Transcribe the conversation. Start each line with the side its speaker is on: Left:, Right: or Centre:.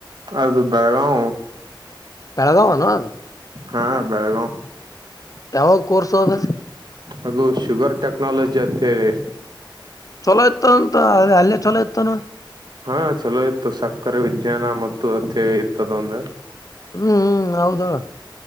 Right: ಅದು ಬೆಳಗಾವ
Left: ಬೆಳಗಾವೇನು ಅದು
Right: ಹಾ ಬೆಳಗಾವ್
Left: ಯಾವಾ ಕೋರ್ಸೋ ಅದು
Right: ಅದು ಶುಗರ್ ಟೆಕ್ನಾಲಜಿ ಅಂತೇಳಿ
Left: ಚಲೋ ಇತ್ತತಂತ ಅ ಅಲ್ಲೇ ಚೊಲೋ ಇತ್ತಾನೋ
Right: ಹಾ ಚಲೋ ಇತ್ತು ಸಕ್ಕರೆ ವಿಜ್ಞಾನ ಮತ್ತು ಅಧ್ಯಾಯ ಇತ್ತದೊಂದು
Left: ಹ್ಮ್ ಹ್ಮ್ ಹೌದಳ